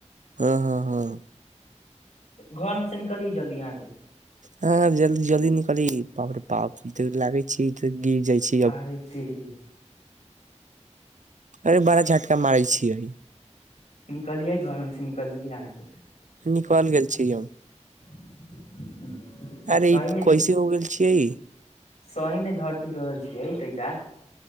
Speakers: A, on the right; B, on the left.
A: हँ हँ हँ
B: घर में से निकलिय जल्दी यहाँके
A: हँ जल्दी जल्दी निकली बाप र बाप ई त लागे छै ई त गिर जाइ छय
B: आरे तेरी
A: अरे बड़ा झटका मारय छियै
B: निकलियै घर में से निकलियै अहाँके
A: निकल गेल छी यउ
B: <inaudible>
A: अरे
B: मे
A: कैसे हो गेल छियइ
B: सही में धरती डोरल <unintelligible> छियै तैका